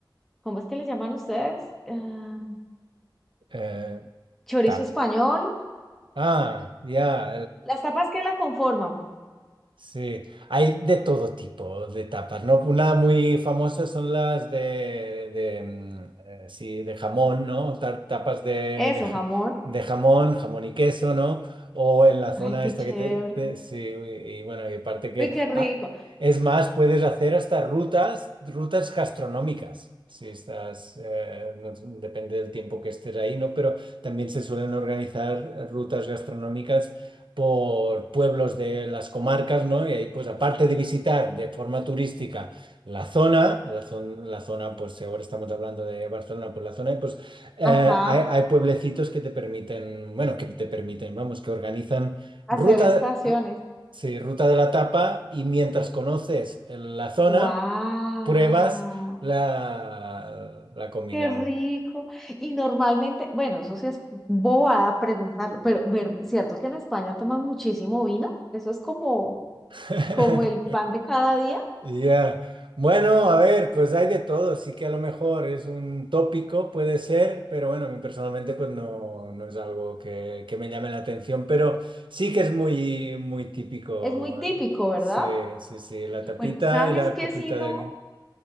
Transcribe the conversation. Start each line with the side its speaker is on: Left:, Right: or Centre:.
Centre: ¿cómo es que le llaman ustedes? Ah,
Right: eh,
Centre: chorizo
Right: tap?
Centre: español.
Right: Ah, ya,
Centre: Las tapas que la conforman.
Right: Sí, hay de todo tipo de tapas, ¿no? Una muy famosa son las de, de, mm, eh, sí, de jamón, ¿no? Ta- Tapas de,
Centre: Eso,
Right: de, ja-
Centre: jamón.
Right: de jamón, jamón y queso, ¿no? O en la zona
Centre: Ay, qué
Right: esta
Centre: chévere.
Right: que te... te- sí, y, y bueno, y aparte que...
Centre: Uy, qué rico.
Right: ah, es más, puedes hacer hasta rutas, rutas gastronómicas. Si estás, eh, no- depende del tiempo que estés ahí, ¿no? Pero también se suelen organizar rutas gastronómicas por pueblos de las comarcas, ¿no? Y ahí, pues, aparte de visitar de forma turística la zona, la, zon- la zona, pues, si ahora estamos hablando de Barcelona, pues la zona, pues, eh,
Centre: Ajá,
Right: hay, hay pueblecitos que te permiten, bueno, que te permiten, vamos, que organizan
Centre: hacer
Right: ruta,
Centre: estaciones.
Right: ru- sí, ruta de la tapa y mientras conoces la zona,
Centre: ¡Wow!
Right: pruebas la, la comida
Centre: Qué rico.
Right: de...
Centre: Y normalmente, bueno, eso sí es bobada preguntarlo, pero ver, ¿cierto que en España toman muchísimo vino? Eso es como,
Right: <laughs>
Centre: como el pan de cada día.
Right: Ya. Bueno, a ver, pues hay de todo, sí que a lo mejor es un tópico, puede ser, pero bueno, a mí personalmente pues no, no es algo que, que me llame la atención, pero sí que es muy, muy típico.
Centre: Es muy típico, ¿verdad?
Right: Sí, sí, sí, la tapita
Centre: Bueno, ¿sabes
Right: y la
Centre: qué?
Right: copita
Centre: Si no,
Right: de vino.